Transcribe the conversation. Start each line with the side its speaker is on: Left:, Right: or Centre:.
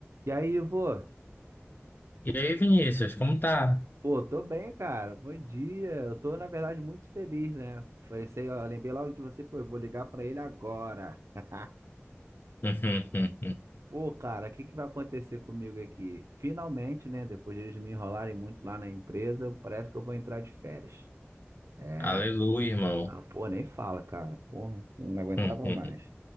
Right: E aí, Ivo?
Left: E aí, Vinícius, como tá?
Right: Pô, tô bem, cara. Bom dia. Eu tô, na verdade, muito feliz, né? Pensei, ó, lembrei logo de você, pô, eu vou ligar pra ele agora. <laughs>
Left: <laughs>
Right: Pô, cara, o que que vai acontecer comigo aqui? Finalmente, né? Depois de eles me enrolarem muito lá na empresa, parece que eu vou entrar de férias. É.
Left: Aleluia, irmão.
Right: Ah, pô, nem fala, cara. Porra, eu não aguentava
Left: <laughs>
Right: mais.